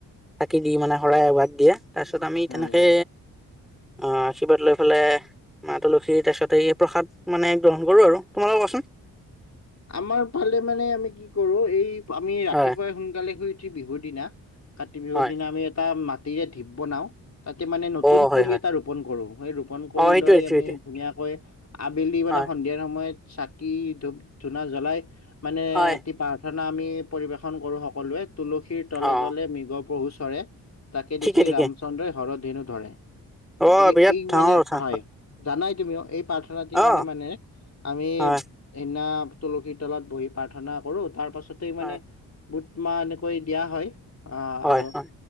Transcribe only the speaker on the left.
হয়
হয়
আমাৰ ফালে মানে আমি কি কৰোঁ। এই আমি ৰাতিপুৱাই
সোনকালে শুই উঠি বিহু দিনা কাতি বিহুৰ
দিনা আমি এটা মাটিৰে ঢিপ বনাও তাতে মানে নতুন
পুলি
এটা ৰোপন কৰোঁ। সেই ৰোপন কৰি
লৈ
আমি ধুনীয়াকৈ আবেলি মানে
সন্ধিয়াৰ সময়ত চাকি ধূপ ধূনা জ্বলাই মানে
ৰাতি প্ৰাৰ্থনা আমি পৰিবেশন কৰোঁ। সকলোৱে তুলসীৰ তলে
তলে মৃগ পহু চৰে তাকে
দেখি
ৰামচন্দ্ৰই হৰ ধেনু ধৰে।
গতিকে
এই
মানে
হয়। জানাই তুমিও এই প্ৰাৰ্থনাতি
মানে মানে আমি
সেইদিনা তুলসীৰ তলত বহি প্ৰাৰ্থনা কৰোঁ। তাৰ পাছতেই
মানে বুট মাহ এনেকৈ দিয়া হয়। আহ
আৰু